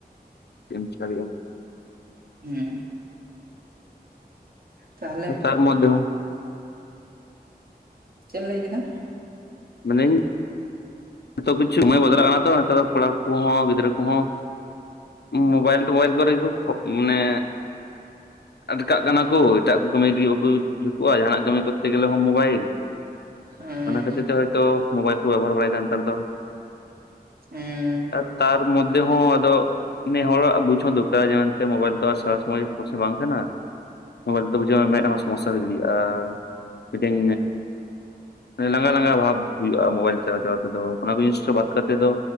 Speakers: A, on the left (about 85°); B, on the right (about 65°).
A: ᱦᱩᱭᱩᱼᱟ᱾
B: ᱦᱚᱢᱸ ᱛᱟᱦᱚᱞᱮ
A: ᱛᱟᱨ ᱢᱚᱫᱷᱮ ᱦᱚᱼᱼ
B: ᱪᱮᱫ ᱮᱢ ᱞᱟᱹᱭ ᱠᱮᱫᱟ?
A: <unintelligible> ᱛᱚ ᱠᱤᱪᱷᱩ ᱥᱚᱢᱚᱭ ᱵᱚᱫᱚᱞ ᱠᱟᱱᱟ ᱛᱚ ᱱᱮᱛᱟᱨ ᱫᱚ ᱠᱚᱲᱟ ᱠᱚᱦᱚᱸ ᱜᱤᱫᱽᱨᱟᱹ ᱠᱚᱦᱚᱸᱼᱼ ᱢᱳᱵᱟᱭᱤᱞ ᱴᱳᱵᱟᱭᱮᱞ ᱠᱚᱨᱮ ᱦᱳᱠ <unintelligible> ᱢᱟᱱᱮᱼᱼ ᱟᱴᱠᱟᱜ ᱠᱟᱱᱟ ᱠᱩ ᱮᱴᱟᱜ ᱠᱚ ᱠᱟᱹᱢᱤ ᱞᱟᱹᱜᱤᱫ ᱵᱟᱠᱚ ᱡᱷᱩᱠᱚᱜᱼᱟ ᱡᱟᱦᱟᱱᱟᱜ ᱠᱟᱹᱢᱤ ᱠᱚᱨᱛᱮ ᱜᱮᱞᱮ ᱦᱚᱸ ᱢᱳᱵᱟᱭᱤᱞ ᱾
B: ᱦᱮᱸ
A: ᱚᱱᱟ ᱠᱷᱟᱹᱛᱤᱨ ᱛᱮ ᱦᱳᱭᱛᱳ ᱢᱳᱵᱟᱭᱤᱞ ᱠᱚ ᱵᱮᱵᱚᱦᱟᱨ ᱵᱟᱲᱟᱭᱮᱫᱟ ᱱᱮᱛᱟᱨ ᱫᱚ᱾
B: ᱦᱮᱸ
A: ᱟ ᱛᱟᱨ ᱢᱚᱫᱽᱫᱷᱮ ᱦᱚᱸ ᱟᱫᱚᱼᱼ ᱱᱮ ᱦᱚᱲᱟᱜ ᱵᱩᱡᱽ ᱦᱚᱸ ᱫᱚᱨᱠᱟᱨᱟ ᱡᱮᱢᱚᱱ ᱛᱮ ᱢᱳᱵᱟᱭᱤᱞ ᱛᱚ ᱟᱨ ᱥᱟᱨᱟ ᱥᱚᱢᱚᱭ <unintelligible> ᱵᱟᱝ ᱠᱟᱱᱟ ᱾ ᱢᱳᱵᱟᱭᱤᱞ ᱛᱮ ᱵᱩᱡᱷᱟᱹ ᱢᱮ ᱢᱮᱫᱽ ᱦᱚᱸ ᱥᱚᱢᱚᱥᱥᱟ ᱦᱳᱭ ᱫᱟᱲᱮᱭᱟᱜᱼᱟ᱾ ᱢᱤᱫᱴᱮᱱ ᱞᱟᱸᱜᱟ ᱞᱟᱸᱜᱟ ᱵᱷᱟᱵ ᱦᱩᱭᱩᱜᱼᱟ ᱢᱳᱵᱟᱭᱤᱞ ᱪᱟᱞᱟᱣ ᱪᱟᱞᱟᱣ ᱛᱮ ᱾ ᱟᱫᱚ ᱚᱱᱟ ᱠᱚ ᱡᱤᱱᱤᱥ ᱵᱟᱫ ᱠᱟᱛᱮᱫ ᱫᱚ